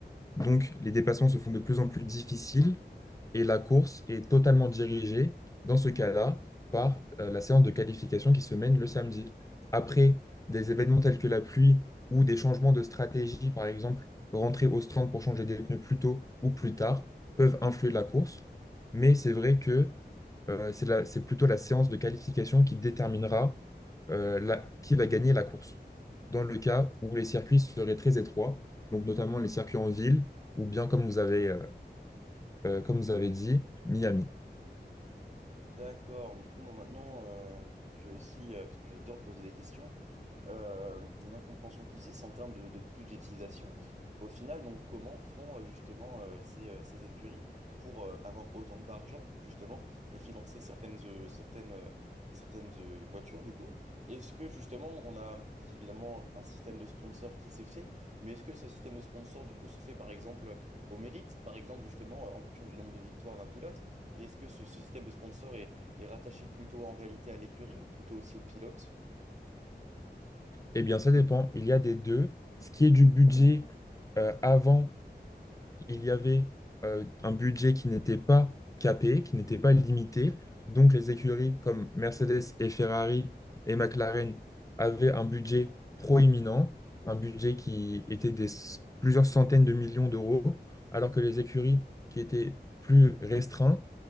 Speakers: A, on the left; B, on the right.
A: donc les dépassements se font de plus en plus difficiles et la course est totalement dirigée, dans ce cas-là, par euh, la séance de qualification qui se mène le samedi. Après des événements tels que la pluie ou des changements de stratégie, par exemple, rentrer au stand pour changer des pneus plus tôt ou plus tard, peuvent influer la course. Mais c'est vrai que euh, c'est la- c'est plutôt la séance de qualification qui déterminera euh, la- qui va gagner la course. Dans le cas où les circuits seraient très étroits, donc notamment les circuits en ville, ou bien comme vous avez, euh, euh, comme vous avez dit, Miami.
B: D'accord, du coup, moi maintenant, euh, j'ai aussi, euh, parce que j'adore poser des questions, euh, une incompréhension qui c'est en termes de, de budgétisation. Au final, donc, comment font euh, justement euh, ces, euh, ces écuries pour euh, avoir autant d'argent justement et financer certaines, euh, certaines, euh, certaines euh, voitures du coup? Est-ce que justement on a évidemment un système de sponsor qui se fait, mais est-ce que ce système de sponsor du coup se fait par exemple au mérite, par exemple justement euh, en fonction du nombre de victoires d'un pilote? Et est-ce que ce, ce système de sponsor est, est rattaché plutôt en réalité à l'écurie ou plutôt aussi au pilote?
A: Eh bien, ça dépend. Il y a des deux. Ce qui est du budget, euh, avant, il y avait euh, un budget qui n'était pas capé, qui n'était pas limité. Donc, les écuries comme Mercedes et Ferrari et McLaren avaient un budget proéminent, un budget qui était des s- plusieurs centaines de millions d'euros, alors que les écuries qui étaient plus restreintes